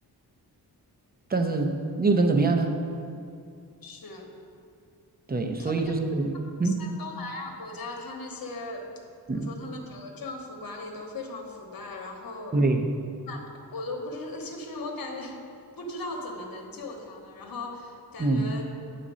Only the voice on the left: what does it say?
是。
特别。
在东南亚国家，他那些怎么说，
他们整个政府管理都非常腐败，然后
我都不知，<laughs> 就是我感觉不知道怎么能救他们，然后感觉